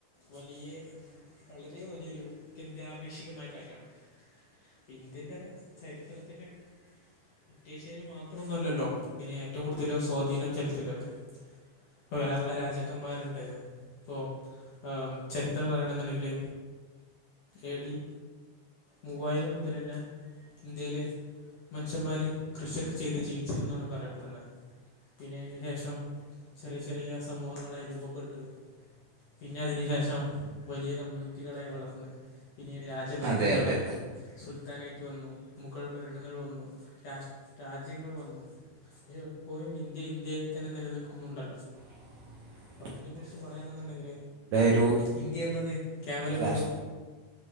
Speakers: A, on the left; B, on the right.
A: വലിയ വളരെ വലിയൊരു ഗദ്യാ ഭിഷകമായ കാര്യമാണ്. ഇന്ത്യന്റെ ചരിത്രത്തില്. ബ്രിട്ടീഷുകാര് മാത്രം ഒന്നുമല്ലല്ലോ ഇതിന് ഏറ്റവും കൂടുതലും സ്വാധീനം ചെലുത്തിയതൊക്കെ ഇപ്പ വേറള്ള രാജാക്കന്മാരുണ്ട് ഇപ്പൊ ആ ചരിത്രം പറയണെന്നുണ്ടെങ്കില് എ ഡി മൂവായിരം മുതൽ തന്നെ ഇന്ത്യയിലെ പുച്ചന്മാര് കൃഷിയൊക്കെ ചെയ്ത് ജീവിച്ചിരുന്നാണ് പറയപ്പെടുന്നത് പിന്നെ അതിന് ശേഷം ചെറിയ ചെറിയ സമൂഹങ്ങളായി രൂപപ്പെട്ട് പിന്നെ അതിന് ശേഷം വലിയ കമ്മ്യൂണിറ്റികളായി വളർന്ന് പിന്നീട് രാജ രാജഭരണങ്ങളായി
B: അതെ അതെ
A: സുൽത്താനേറ്റ് വന്നു മുഗൾ ഭരണങ്ങൾ വന്നു രാഷ രാജ്യങ്ങൾ വന്നു പക്ഷെ ഇപ്പോഴും ഇന്ത്യ ഇന്ത്യയെ തന്നെ നിലനിൽക്കുന്നുണ്ടല്ലോ
B: യെസ്
A: അപ്പം അതിനെക്കുറിച്ച് പറയണെന്നുണ്ടെങ്കിൽ
B: ഒരു
A: ഇന്ത്യ എന്നത് കേവലമ
B: രാഷ്ട്ര
A: ഒരു